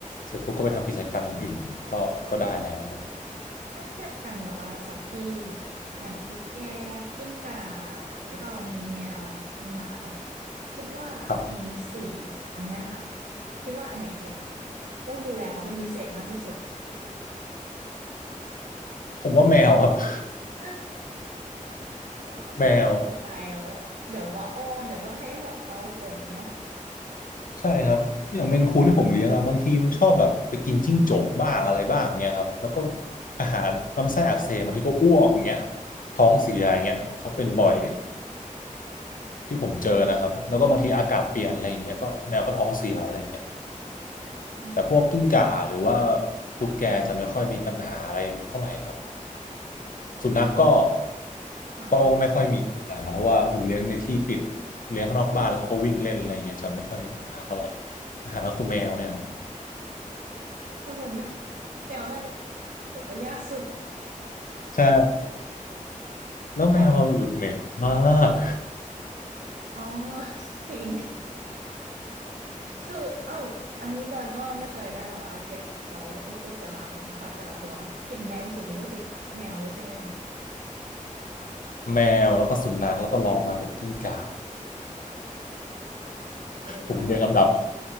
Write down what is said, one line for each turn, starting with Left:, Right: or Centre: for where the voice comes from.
Left: เสร็จปุ๊บก็ไปทำกิจกรรมอย่างอื่นก็ก็ได้แล้วอะไรเงี้ย
Right: ถ้าเทียบกันแบบว่าสัตว์ที่อย่างตุ๊กแกกิ้งก่าแล้วก็มีแมวมีหมาเนาะคิดว่าในสี่อันเนี้ยค่ะ
Left: ครับ
Right: คิดว่าอันไหนเลี้ยงต้องดูแลเขาเป็นพิเศษมากที่สุด
Left: ผมว่าแมวครับ <laughs>
Right: <laughs> เดี๋ยวเขาต้องการความสนใจแล้วแบบเดี๋ยวว่าอ้อนเดี๋ยวต้องให้แบบเกาขนเนาะ
Left: แมว ใช่ครับอย่างเมนคูนที่ผมเลี้ยงอ่ะบางทีมันชอบแบบไปกินจิ้งจกบ้างอะไรบ้างเงี้ยครับแล้วก็อาหารลำไส้อักเสบบางทีก็อ้วกอย่างเงี้ยท้องเสียอย่างเงี้ยเขาเป็นบ่อยที่ผมเจอนะครับแล้วก็บางทีอากาศเปลี่ยนอะไรอย่างเงี้ยก็แมวก็ท้องเสียอะไรอย่างเงี้ย
Right: อืม
Left: แต่พวกกิ้งก่าหรือว่าตุ๊กแกจะไม่ค่อยมีปัญหาอะไรเท่าไหร่ครับ
Right: ด้วยความที่
Left: สุนัขก็
Right: ค่ะ
Left: ก็ไม่ค่อยมีปัญหาเพราะว่าผมเลี้ยงในที่ปิดเลี้ยงข้างนอกบ้านแล้วเขาก็วิ่งเล่นอะไรอย่างเงี้ยจะไม่ค่อยมีปัญหาเท่าไหร่ปัญหาก็คือแมวเนี่ยครับ
Right: ปรากฏว่าแมวน่าจะง่ายสุดปรากฏว่ายากสุด
Left: ใช่แล้วแมวอึเหม็นมาก
Right: แล้วอ๋อ <laughs> จริง คือเอ้าอันนี้จอยก็ไม่เคยได้แบบว่าเก็บแบบว่าพวกอุจจาระของสัตว์แต่ละตัวเนาะกลิ่นแรงสุดนี่ก็คือแมวเลยใช่ไหมคะ
Left: แมวแล้วก็สุนัขแล้วก็ลองมาเป็นกิ้งก่า
Right: ปรากฏว่า
Left: ผมเรียงลำดับ